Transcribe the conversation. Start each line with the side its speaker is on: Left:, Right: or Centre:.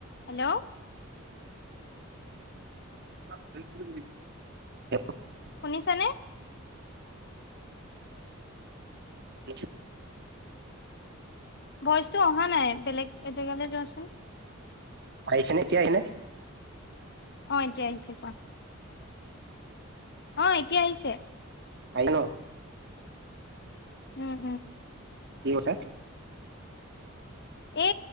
Left: Hello
Right: <inaudible>
Left: শুনিছে নে?
Right: নি <inaudible>
Left: ভইচটো অহা নাই বেলেগ এজেগালৈ যোৱাচোন।
Right: আহিছে নে এতিয়া আহিলনে?
Left: অ, এতিয়া আহিছে কোৱা। অ, এতিয়া আহিছে।
Right: আহিলে ন?
Left: উম, উম।
Right: কি কইছে?
Left: এ